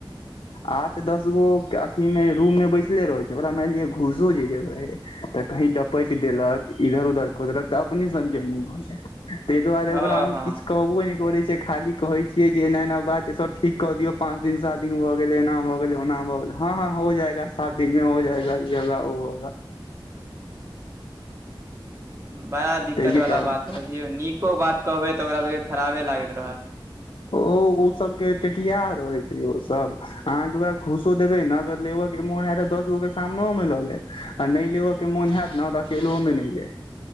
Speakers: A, on the left; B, on the right.
A: आठ दस गो के अथी मे रूम मे बैसले रहै छैय ओकरा मानि लिय घूसो जे देबै तऽ कही टपटि देलक इधर उधर कऽ देलक तऽ अपने सनके मुँह होऽ जायत तैय दुआरे
B: हँ
A: ओकरा हम
B: हँ
A: किछ कहबो नै करे छै। खाली कहे छियै जे एना एना बात छै सब ठीक क दियौ पांच दिन सात दिन गेल एना भऽ गेलै ओना भऽ गेलै हँ हँ हो जाएगा सात दिन में हो जाएगा ई होगा ओ होगा
B: बड़ा दिक्कत
A: ताहिके
B: वला
A: कारण
B: बात भऽ छैयौ नीको बात कहबै तऽ ओकरा सब केँ खराबे लागैत रहत
A: ओ ओ सब केँ टेटिया रहे छै। ओ सब अहाँकेँ ओकरा घूसो देबे ने अगर लेबर केँ मोन हयत दस गो केँ सामनो मे लऽ लेत आ नै लेब केँ मोन होयत न तऽ अकेलो में नै लेत